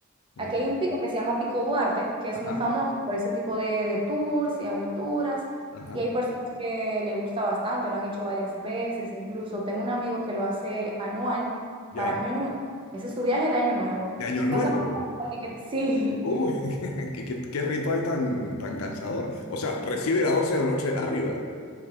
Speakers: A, on the left; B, on the right.
A: Bonito.
B: Aquí hay un pico que se llama Pico Duarte, que es
A: Ajá,
B: muy famoso por ese tipo de, de tours y aventuras.
A: ajá.
B: Y hay personas que le gusta bastante, lo han hecho varias veces, incluso tengo un amigo que lo hace anual
A: Ya,
B: para Año Nuevo. Ese es su viaje de Año Nuevo.
A: de Año Nuevo.
B: No sabemos ni que sí,
A: Uy, <laughs> qué, qué- qué ritual tan, tan cansador. O sea, recibe las 12 de la noche arriba.